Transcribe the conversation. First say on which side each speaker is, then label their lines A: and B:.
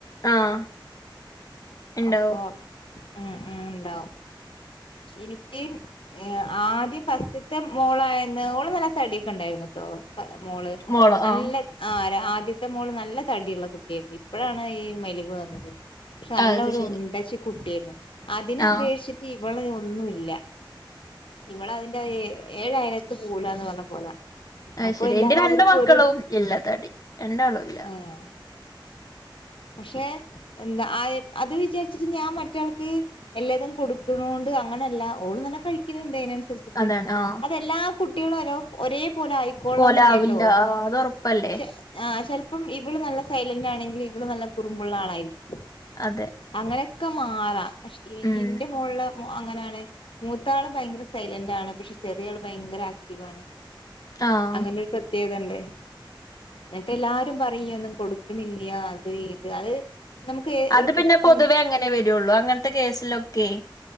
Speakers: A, on the left; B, on the left.
A: ആഹ് ഇണ്ടാവും
B: അപ്പോ ഉം ഉം ഇണ്ടാവും ഇനിക്ക് ഏഹ് ആദ്യം ഫസ്റ്റ്ത്തെ മോളായന്ന് ഓള് നല്ല തടിയൊക്കെ ഇണ്ടായിരുന്നുട്ടോ മോള്
A: മോളോ
B: നല്ല
A: ആഹ്
B: ആഹ് ര ആദ്യത്തെ മോള് നല്ല തടിള്ള കു ട്ടിയാര്ന്ന് ഇപ്പഴാണ് ഈ മെലിവ് വന്നത് പക്ഷെ നല്ല
A: അത്
B: ഒരു
A: ശരി
B: ഉണ്ടച്ചി കുട്ടിയാരുന്നു അതിനപേക്ഷിച്ചിട്ട്
A: ആഹ്
B: ഇവള് ഒന്നുല്ല ഇവള് അയ്ന്റെ ഏ ഏഴയലത്ത് പോവൂലാന്ന് പറഞ്ഞ പോലാ
A: അഹ്
B: അപ്പൊ
A: ശരി
B: എല്ലാവർക്കും
A: ന്റെ രണ്ടു മക്കളും
B: ഒരു
A: ഇല്ലാ തടി രണ്ടാളൂല്ല
B: ഏഹ് പക്ഷെ എന്താ അഹ് അത് വിചാരിച്ചിട്ട് ഞാൻ മറ്റാൾക്ക് എല്ലാതും കൊടുക്കുണോണ്ട് അങ്ങനെല്ല ഓള് നല്ല കഴിക്ക്‌ണ് ണ്ട് അയ്നനുസരിച്ച് ച്ചിട്ട്
A: അതാണ് ആഹ്
B: അയ്ന് എല്ലാ കുട്ടികളും ഒരോ ഒരേ പോലെ ആയി ക്കോളണം
A: പോലാവില്ല
B: ന്നില്ലല്ലോ
A: ആഹ് അത് ഉറപ്പല്ലേ
B: <unintelligible> ആഹ് ചെലപ്പം ഇവള് നല്ല സൈലന്റ് ആണെങ്കിൽ ഇവള് നല്ല കുറുമ്പുള്ള ആളായിരിക്കും
A: അതെ
B: അങ്ങനൊക്കെ മാറാം പക്ഷെ
A: ഉം
B: ഇന്റെ മോൾല് അങ്ങനാണ് മൂത്ത ആള് ഭയങ്കര സൈലന്റ് ആണ് പക്ഷെ ചെറിയ ആൾ ഭയങ്കര ആക്റ്റീവ് ആണ്.
A: ആഹ്
B: അങ്ങനെ. പ്രത്യേകതണ്ട് എന്നിട്ട് എല്ലാരും പറയും ഇയ്യ് ഒന്നും കൊടുക്കണില്ല അത് ഇത് അത് നമുക്ക്
A: അത്
B: ഒരു
A: പിന്നെ
B: കുട്ടി
A: പൊതുവേ അങ്ങനെ വെരൊള്ളൂ അങ്ങനത്തെ കേസിലൊക്കെയ്